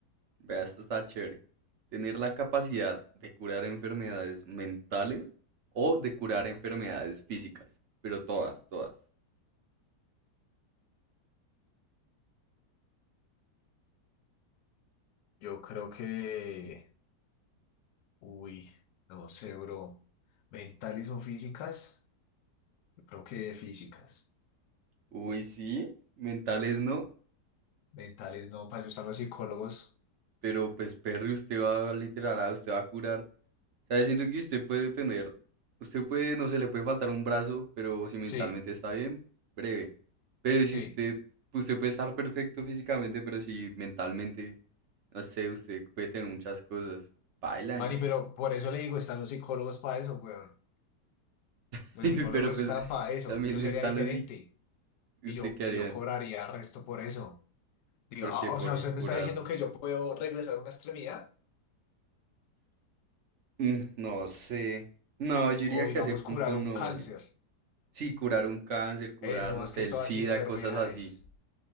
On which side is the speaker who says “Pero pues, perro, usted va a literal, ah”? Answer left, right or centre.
Right